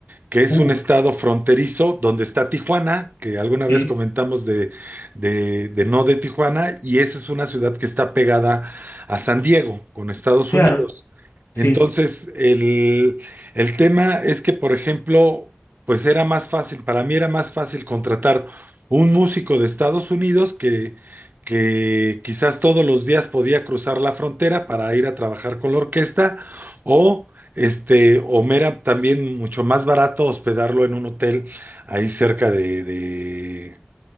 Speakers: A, on the right; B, on the left.
A: que es
B: Uh,
A: un estado fronterizo donde está Tijuana, que alguna
B: sí,
A: vez comentamos de, de- de no de Tijuana, y esa es una ciudad que está pegada a San Diego, con Estados
B: claro,
A: Unidos.
B: sí,
A: Entonces, el, el tema es que, por ejemplo, pues era más fácil, para mí era más fácil contratar un músico de Estados Unidos que, que quizás todos los días podía cruzar la frontera para ir a trabajar con la orquesta o este, o mera también mucho más barato hospedarlo en un hotel ahí cerca de, de,